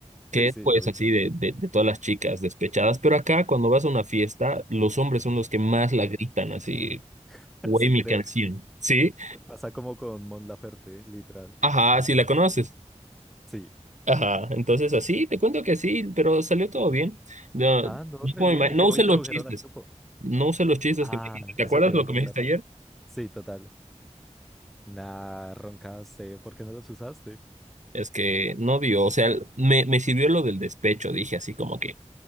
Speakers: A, on the right (about 80°); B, in the centre.
A: que
B: Sí, sí,
A: es pues
B: la mitad.
A: así de, de, de todas las chicas despechadas, pero acá cuando vas a una fiesta, los hombres son los que más
B: Sí,
A: la gritan, así,
B: <laughs>
A: güey,
B: sí
A: mi
B: creo.
A: canción, ¿sí?
B: Pasa como con Mon Laferte, literal.
A: Ajá, si la conoces.
B: Sí.
A: Ajá, entonces así, te cuento que sí, pero salió todo bien. No,
B: Ah,
A: no
B: no, re
A: como
B: bien.
A: ima-
B: ¿Y
A: no
B: cómo
A: usé
B: introdujeron
A: los chistes,
B: al grupo?
A: no usé los chistes
B: Ah,
A: que me dijiste. ¿Te
B: eso
A: acuerdas
B: te iba
A: lo
B: a preguntar.
A: que me dijiste ayer?
B: Sí, total. Nah, roncaste. ¿Por qué no los usaste?
A: Es que no dio, o sea, me, me sirvió lo del despecho, dije así como que,